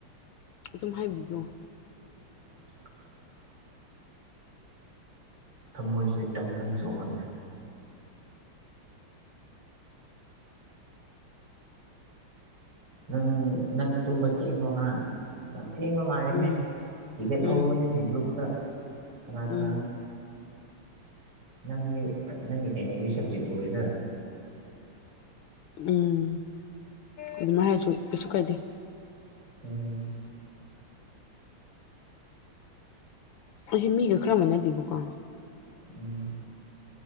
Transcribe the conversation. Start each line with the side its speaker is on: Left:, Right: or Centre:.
Left: ꯑꯗꯨꯝ ꯍꯥꯏꯕꯤꯌꯣ
Right: <inaudible> ꯊꯃꯣꯏꯁꯦ ꯗꯪ ꯗꯪ ꯆꯣꯡꯍꯜꯂꯦ ꯅꯪ ꯅꯪ ꯇꯨꯝꯕ ꯊꯦꯡꯕ꯭ꯔꯣ ꯉꯔꯥꯡ ꯌꯥꯝ ꯊꯦꯡꯕ ꯃꯥꯜꯂꯦꯅꯦ
Left: ꯎꯝ
Right: ꯍꯤꯒꯠ ꯍꯧꯕꯅꯤꯅꯦ
Left: ꯎꯝ
Right: ꯒ꯭ꯔꯨꯞꯇ ꯀꯅꯥ ꯀꯅꯥꯅꯣ
Left: ꯎꯝ
Right: ꯅꯪꯗꯤ ꯅꯪꯒꯤ ꯍꯩꯅꯕꯤ ꯁꯕꯖꯦꯛ ꯂꯣꯢꯔꯦ
Left: ꯎꯝ ꯑꯗꯨꯃꯥꯏ ꯍꯥꯏꯔꯁꯨ ꯀꯩꯁꯨ ꯀꯥꯏꯗꯦ
Right: ꯎꯝ
Left: ꯑꯩꯖꯤ ꯃꯤꯒ ꯈꯔ ꯃꯥꯟꯅꯗꯦꯕꯀꯣ
Right: ꯎꯝ